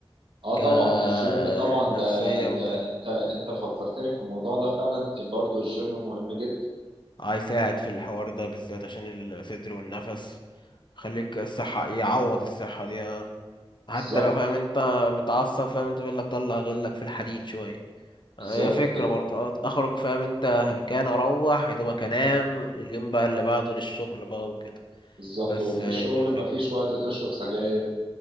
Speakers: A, on the right (about 65°); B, on the left (about 50°).
A: اه طبعا
B: آه،
A: الجيم طبعا
B: كنفسية
A: ده ده
B: وبتاع
A: انت انت فكرتني في الموضوع ده فعلا برضو الجيم مهم جدا
B: هيساعد في الحوار ده بالذات عشان الصدر والنفس خليك الصحة يعوض الصحة دي آه. حتى
A: بالظبط
B: لو فاهم انت متعصب فاهم انت بيقول لك طلع غلك في الحديد شوية
A: بالظبط
B: آه، هي فكرة
A: كده
B: برضه آه، اخرج فاهم انت هلكان اروح يا دوبك انام اليوم بقى اللي بعده للشغل بقى وكده
A: بالظبط
B: بس
A: وفي
B: آه،
A: الشغل
B: فكرة
A: مفيش وقت تشرب سجاير